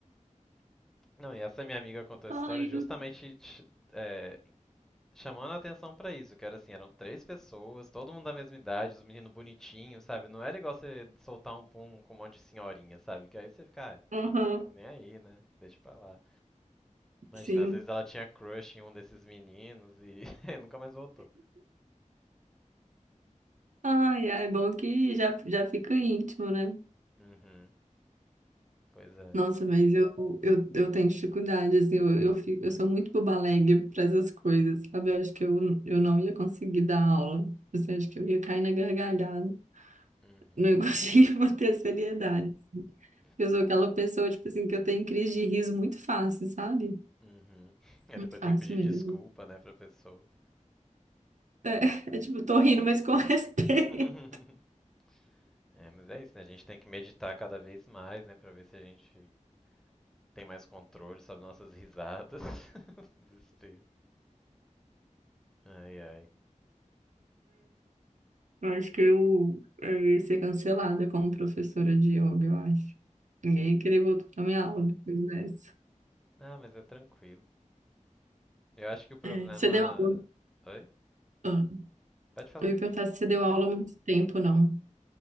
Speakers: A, in the centre; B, on the right (about 70°).
A: Não, e essa minha amiga contou essa
B: Ai,
A: história justamente
B: eu...
A: ch- é, chamando a atenção pra isso, que era assim, eram três pessoas, todo mundo da mesma idade, os meninos bonitinhos, sabe? Não era igual você soltar um pum com um monte de senhorinha, sabe? Que aí você fica, ah,
B: Uhum,
A: Tô nem aí, né? Deixa pra lá. Imagina,
B: sim.
A: às vezes ela tinha crush em um desses meninos e <laughs> nunca mais voltou.
B: Ai, ai, é bom que já, já fica íntimo, né?
A: Uhum, pois é.
B: Nossa, mas eu, eu, eu tenho dificuldade, assim, eu, eu, fico, eu sou muito boba alegre para essas coisas, sabe? Eu acho que eu, eu não ia conseguir dar aula, assim, acho que eu ia cair na gargalhada,
A: Uhum.
B: não ia <laughs> conseguir manter a seriedade.
A: <laughs>
B: Eu sou aquela pessoa, tipo assim, que eu tenho crise de riso muito fácil, sabe?
A: Uhum. É,
B: Muito
A: depois
B: fácil
A: tem que pedir
B: mesmo.
A: desculpa, né, pra pessoa.
B: É, <laughs> é tipo, tô rindo, mas com <laughs> respeito.
A: <laughs> É, mas é isso, né? A gente tem que meditar cada vez mais, né, pra ver se a gente tem mais controle sobre nossas risadas. <laughs> Desespero. Ai, ai.
B: Eu acho que eu, eu ia ser cancelada como professora de yoga, eu acho. Ninguém ia querer voltar na minha aula depois dessa.
A: Ah, mas é tranquilo. Eu acho que o problema.
B: É, você deu aula?
A: Oi?
B: Ah,
A: Pode falar.
B: Eu ia perguntar se você deu aula há muito tempo, não.